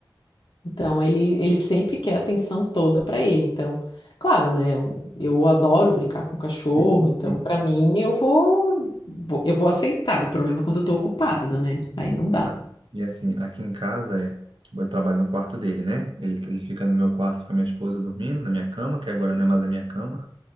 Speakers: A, on the left; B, on the right.
A: Então ele, ele sempre quer a atenção toda para ele. Então, claro, né? Eu, eu adoro brincar com cachorro,
B: Sim,
A: então
B: sim.
A: para mim eu vou, vou- eu vou aceitar. O problema é quando eu tô ocupada, né? Aí não dá.
B: Não. E assim, aqui em casa é, tipo, eu trabalho no quarto dele, né? Ele, ele fica no meu quarto com a minha esposa dormindo, na minha cama, que agora não é mais a minha cama,